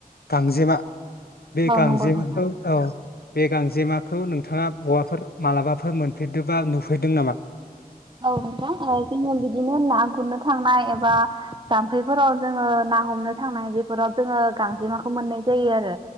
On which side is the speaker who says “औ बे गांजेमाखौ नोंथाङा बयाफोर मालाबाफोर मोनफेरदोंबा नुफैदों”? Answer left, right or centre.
Left